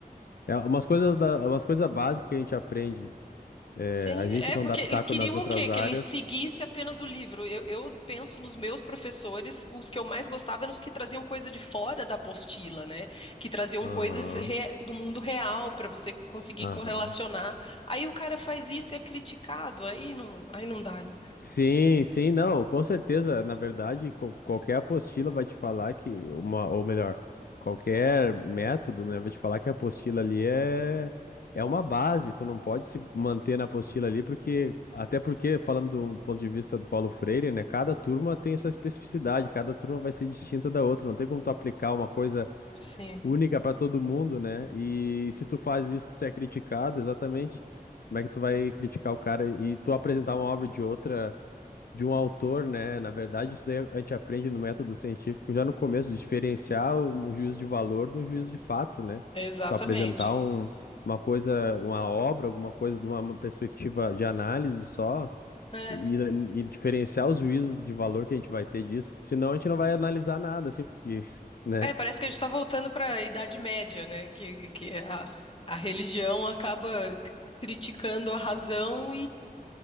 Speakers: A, on the left; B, on the left.
A: é umas coisas da, umas coisas básicas que a gente aprende. É,
B: Sim,
A: a gente
B: é
A: não
B: porque
A: dá pitaco
B: eles queriam
A: nas outras
B: o quê? Que
A: áreas.
B: ele seguisse apenas o livro. Eu, eu penso nos meus professores, os que eu mais gostava eram os que traziam coisa de fora da apostila, né? Que traziam
A: Aham,
B: coisas re- do mundo real para você conseguir
A: aham.
B: correlacionar. Aí o cara faz isso e é criticado, aí não, aí não dá, né?
A: Sim, sim, não, com certeza. Na verdade, qual- qualquer apostila vai te falar que uma, ou melhor, qualquer método, né, vai te falar que a apostila ali é é uma base. Tu não pode se manter na apostila ali porque até porque falando do ponto de vista do Paulo Freire, né, cada turma tem sua especificidade, cada turma vai ser distinta da outra. Não tem como tu aplicar uma coisa
B: Sim,
A: única para todo mundo, né? E se tu faz isso, você é criticado, exatamente. Como é que tu vai criticar o cara e tu apresentar uma obra de outra? de um autor, né? Na verdade, isso daí a gente aprende no método científico já no começo, diferenciar o o juízo de valor do juízo de fato, né?
B: exatamente.
A: Tu apresentar um, uma coisa, uma obra, alguma coisa de uma perspectiva de análise só
B: É.
A: e, e diferenciar os juízos de valor que a gente vai ter disso, senão a gente não vai analisar nada, assim, porque, <laughs> né?
B: É, parece que a gente está voltando para a Idade Média, né? Que, que a, a religião acaba c- criticando a razão